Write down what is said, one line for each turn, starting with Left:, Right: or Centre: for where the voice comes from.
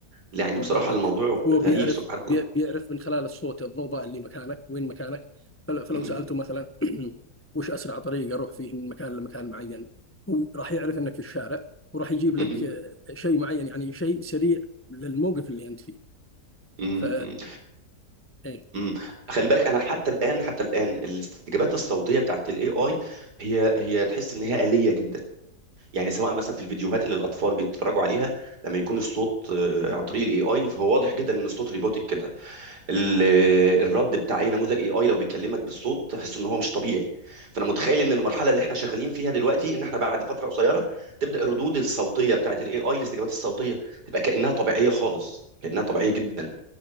Right: يعني
Left: بالضبط
Right: بصراحه الموضوع
Left: هو بيعرف
Right: غريب سبحان الله
Left: بي- بيعرف من خلال الصوت الضوضاء اللي مكانك وين مكانك فل- فلو
Right: م-
Left: سألته مثلا <clears throat> وش أسرع طريق أروح فيه من مكان لمكان معين هو راح يعرف أنك في الشارع وراح يجيب لك
Right: م- م-
Left: آه، شيء معين يعني شيء سريع للموقف اللي أنت فيه
Right: م-
Left: ف
Right: م-
Left: إيه،
Right: م. م. خلي بالك انا حتى الان حتى الان الاستجابات الصوتيه بتاعت الاي اي هي هي تحس ان هي آلية جدا يعني سواء مثلا في الفيديوهات اللي الاطفال بيتفرجوا عليها لما يكون الصوت آه، عن طريق الاي اي فهو واضح جدا ان الصوت روبوتك كده ال- آه، الرد بتاع اي نموذج اي اي لو بيكلمك بالصوت تحس ان هو مش طبيعي فانا متخيل ان المرحله اللي احنا شغالين فيها دلوقتي ان احنا بعد فتره قصيره تبدا الردود الصوتيه بتاعت الاي اي الاستجابات الصوتيه تبقى كانها طبيعيه خالص كانها طبيعيه جدا